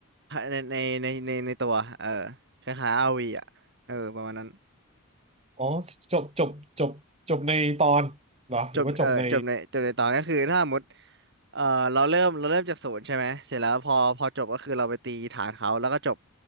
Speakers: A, on the right (about 55°); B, on the right (about 30°).
A: ในในในในในตัวเออคล้ายๆอาร์วีอ่ะเออประมาณนั้น
B: อ๋อจบจบจบจบในตอนเหรอหรือว่าจบใน
A: จบเออจบในจบในตอนก็คือถ้าสมมติเออเราเริ่มเราเริ่มจากศูนย์ใช่ไหมเสร็จแล้วพอพอจบก็คือเราไปตีฐานเขาแล้วก็จบ